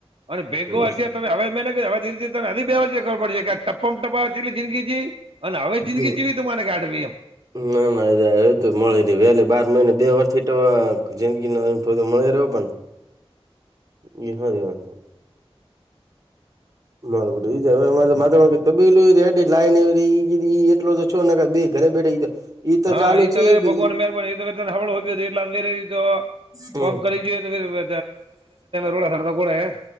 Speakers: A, on the right; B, on the right.
A: <unintelligible> અને ભેગો
B: હમ
A: અત્યારે તને હવે મેં કહ્યું હવે ધીરે ધી તને અધી્યવસ્ચ ખર પડશે કે ટપમ ટપા જેટલી જિંદગી જી અને હવે જિંદગીવી
B: હમ.
A: તું મને ગાઢવી એમ.
B: ના ના એ એ મળી ર વેલી બાર મહિને બે વર થી તો જિંદગી નનો અનુભતો મળે રહ્યો પણ વિ હારવા છે. બરોબર ઈજ હવે અમા મા તબીલું રેડી લ ને એટલો છો ના બે ઘરે બેઠે તો ઈ
A: હા
B: ચાલુ
A: ઈ તો
B: છે
A: વેરે
B: કે
A: ભગવાન મેરબ ત હળ હો એટલેરે તો
B: હમ
A: કોમ કરી જોઈએ તોમેમેમે રોડા સડતા ગોડા હ.